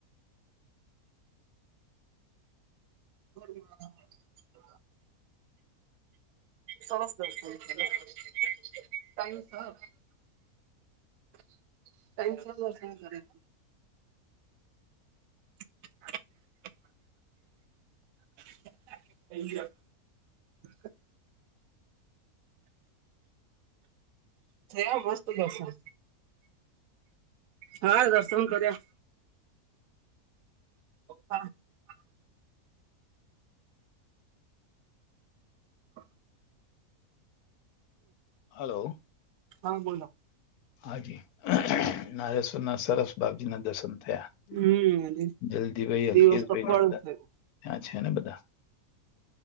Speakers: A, on the right (about 70°); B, on the left (about 80°).
A: <unintelligible> સરસ દર્શન થયા ટાઈમ ટાઈમસર દર્શન કર્યા. હ <inaudible> થઈ ગયા હોત. થયા મસ્ત દર્શન. હા દર્શન કર્યા. <unintelligible> હ
B: હલો.
A: હા બોલો
B: હાજી નાગેશ્વરના સરસ બાપજીના દર્શન થયા
A: હમ
B: જલ્દી ભાઈ
A: દિવસ
B: અલ્કેશભાઈ
A: તો ફળ
B: ને બધા
A: થયો
B: કયાં છે? ને બધા